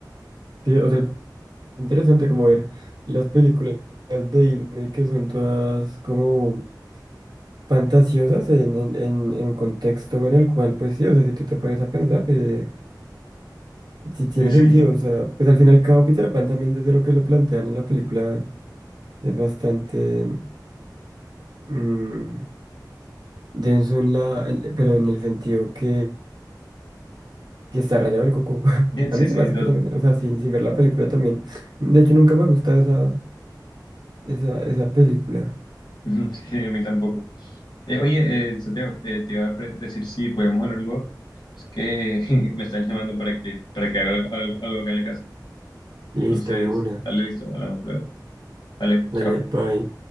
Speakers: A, on the right; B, on the left.
A: Sí, o sea, interesante como ver las películas de Disney que son todas como fantasiosas en, en, en, en un contexto en el cual, pues sí, o sea, si tú te pones a pensar, eh, sí tiene
B: Sí, sí,
A: sentido, o sea, pues al fin y al cabo Peter Pan también desde lo que lo plantean en la película es bastante mm, denso en la, en- pero en el sentido que, que está rayado el coco. <laughs>
B: <laughs> sí,
A: A mí se
B: sí,
A: me hace
B: to-
A: que también, o sea, sin, sin ver la película también. De hecho, nunca me ha gustado esa, esa, esa película.
B: <laughs> sí, a mí tampoco. Eh, oye, eh, Santiago, eh, te iba a pre- decir si podíamos hablar luego. Es que <laughs> me están llamando para que, para que haga algo, algo acá en la casa.
A: Listo,
B: Entonces,
A: de una.
B: dale, listo, hablamos luego. Dale,
A: Dale,
B: chao.
A: bye.